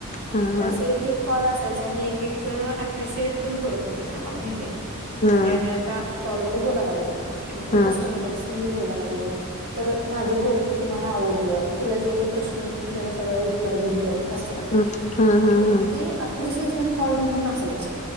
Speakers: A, on the left (about 30°); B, on the right (about 70°).
A: हा
B: ते
A: हा
B: असे एक- एक कॉल असायचे आणि एक- एक अं एप्रिसिएट पण करत होते ते आम्हाला माहिती ये काय.
A: हा
B: म्हणजे आम्ही आता कॉलवरर बोलाय लागलोय, मग तू
A: हा हा
B: कस्टमर आहेस मी बोलाय लागलो. तर माझं बोलणं तुम्हाला आवडलं, तुला जे, जे प्रश्न होते मी त्याला सगळं उत्तर दिले असं
A: हा हा हा
B: तर मग ते अप्रिसिएशन कॉल म्हणून असायचे.